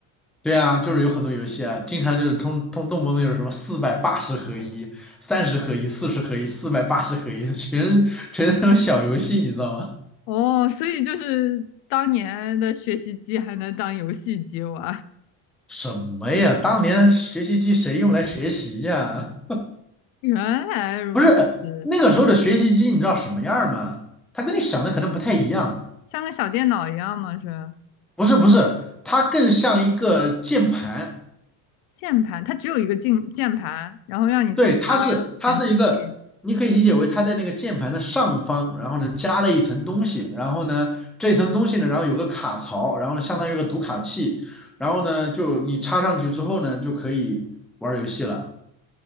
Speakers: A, in the centre; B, on the left (about 55°).
A: 对啊，就是有很多游戏啊，经常就是通通动不动就是什么四百八十合一、三十合一、四十合一、四百八十合一，<laughs> 全是全是那种小游戏，你知道吗？
B: 哦，所以就是当年的学习机还能当游戏机玩，
A: 什么呀？当年学习机谁用来学习呀？
B: <laughs> 原来如此，
A: 不是那个时候的学习机，你知道什么样儿吗？它跟你想的可能不太一样。
B: 像个小电脑一样吗？是
A: 不是不是，它更像一个键盘。
B: 键盘，它只有一个键键盘，然后让你自己插
A: 对，它是它是一个，
B: 显示器。
A: 你可以理解为它在那个键盘的上方，然后呢加了一层东西，然后呢这一层东西呢，然后有个卡槽，然后呢相当于一个读卡器，然后呢就你插上去之后呢就可以玩儿游戏了。